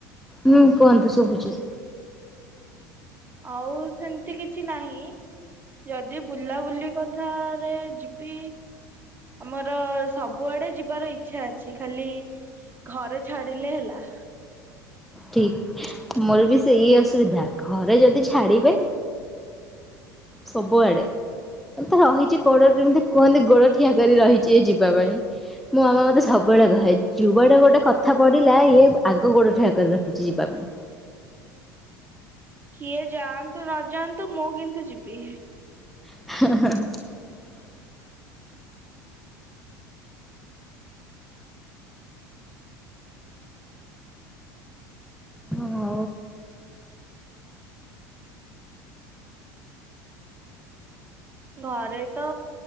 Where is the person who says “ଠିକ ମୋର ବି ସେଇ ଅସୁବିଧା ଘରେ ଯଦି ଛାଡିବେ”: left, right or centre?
Centre